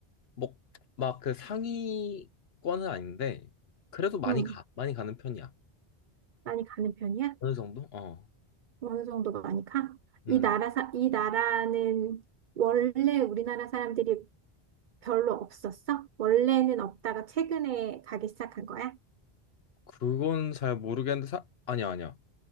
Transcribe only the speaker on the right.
응,
많이 가는 편이야?
어느 정도 많이 가? 이
나라 사, 이 나라는 원래 우리나라 사람들이 별로 없었어? 원래는 없다가 최근에 가기 시작한 거야?